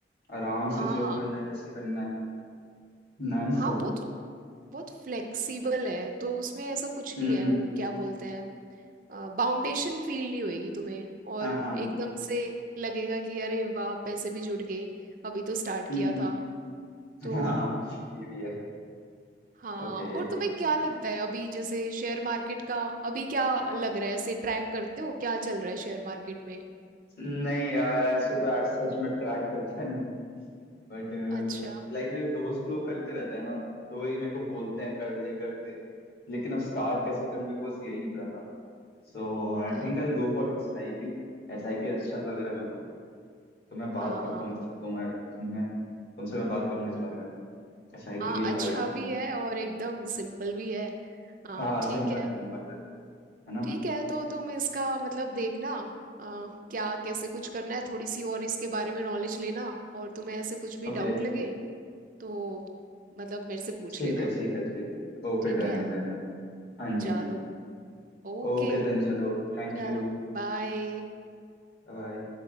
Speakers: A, on the left; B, on the right.
A: आराम
B: हाँ
A: से जो करना है जैसे करना है नाइस
B: हाँ
A: है
B: बहुत बहुत फ्लेक्सिबल है तो उसमें ऐसा कुछ नहीं
A: हम्म
B: है
A: हम्म
B: वो क्या बोलते हैं बाउंडेशन फील नहीं होएगी तुम्हें और
A: हाँ हाँ
B: एकदम
A: हाँ
B: से लगेगा कि अरे वाह पैसे भी जुड़ गए अभी तो स्टार्ट
A: हम्म
B: किया
A: हम्म
B: था तो
A: <laughs> हाँ ये भी है
B: हाँ
A: ओके
B: और तुम्हें
A: सही
B: क्या लगता है अभी जैसे शेयर मार्केट का अभी क्या लग रहा है ऐसे ट्रैक करते हो क्या चल रहा है शेयर मार्केट में
A: नहीं यार ऐसे तो आज सच में ट्रैक करता नहीं बट
B: अच्छा
A: लाइक मेरे दोस्त लोग करते रहते हैं ना तो वही मेरे को बोलते हैं कर ले कर ले लेकिन अब स्टार्ट कैसे करूं मेरे को बस यही नहीं पता था So I
B: हाँ
A: think I go for S I P S I P अच्छा लग रहा है मेरे को तो मैं बात
B: हाँ
A: करता
B: हाँ
A: हूँ इससे तुम्हें तुमने तुमसे मैं बात करूंगा इस बारे में एस आई
B: हाँ
A: पी के ही
B: अच्छा
A: बारे में
B: भी है और एकदम सिंपल भी है हाँ
A: हाँ
B: ठीक
A: सिंपल
B: है
A: है मेन बात है है ना
B: ठीक है तो तुम इसका मतलब देखना अ, क्या कैसे कुछ करना है थोड़ी सी और इसके बारे में नॉलेज लेना और तुम्हें ऐसे कुछ भी
A: ओके
B: डाउट लगे तो मतलब मेरे से पूछ
A: ठीक
B: लेना
A: है ठीक है ठीक है ओके
B: ठीक
A: डन
B: है
A: है डन है हाँ जी
B: चलो
A: हाँ जी
B: ओके
A: ओके देन चलो Thank
B: चलो
A: you
B: बाय
A: बाय